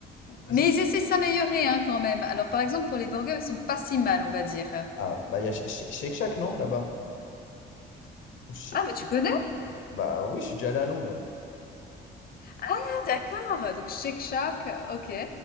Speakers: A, on the left (about 75°); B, on the left (about 50°).
A: Vas-y,
B: mais
A: écoute.
B: ils essaient de s'améliorer hein, quand même. Alors par exemple pour les burgers ils sont pas si mal on va dire.
A: Ah, bah il y a Sh- Sh- Shake Shack, non, là-bas? Ou Sh-
B: Ah mais tu connais?
A: Bah oui, je suis déjà allé à Londres.
B: Ah d'accord. Donc Shake Shack, euh, ok.